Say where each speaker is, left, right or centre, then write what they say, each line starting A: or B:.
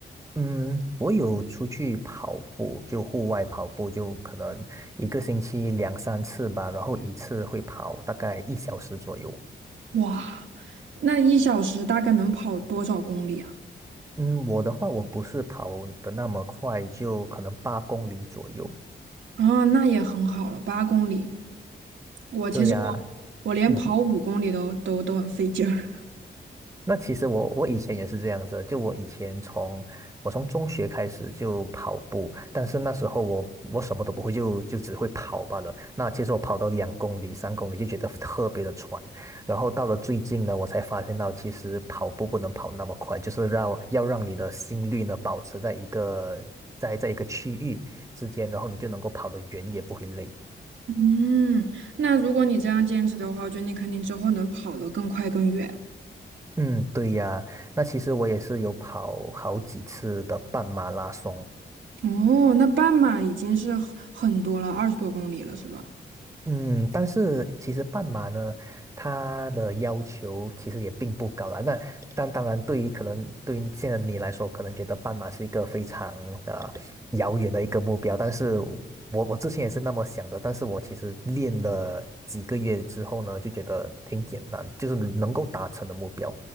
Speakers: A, on the right; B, on the right.
A: 嗯，我有出去跑步，就户外跑步，就可能一个星期两三次吧，然后一次会跑大概一小时左右。
B: 哇，那一小时大概能跑多少公里啊？
A: 嗯，我的话我不是跑的那么快，就可能八公里左右。
B: 哦，那也很好了，八公里。我其实我我连跑五公里都都都很费劲儿。
A: 对呀，嗯，
B: <laughs>
A: 那其实我我以前也是这样子的就我以前从我从中学开始就跑步，但是那时候我我什么都不会，就就只会跑罢了。那其实我跑到两公里、三公里就觉得特别的喘，然后到了最近呢，我才发现到其实跑步不能跑那么快，就是让要让你的心率呢保持在一个在在一个区域之间，然后你就能够跑得远，也不会累。
B: 嗯，那如果你这样坚持的话，我觉得你肯定之后能跑得更快更远。
A: 嗯，对呀，那其实我也是有跑好几次的半马拉松。
B: 哦，那半马已经是很很多了，二十多公里了，是吧？
A: 嗯，但是其实半马呢，它的要求其实也并不高啦。那但当然，对于可能对于现在你来说，可能觉得半马是一个非常呃遥远的一个目标。但是我我之前也是那么想的，但是我其实练了几个月之后呢，就觉得挺简单，就是能够达成的目标。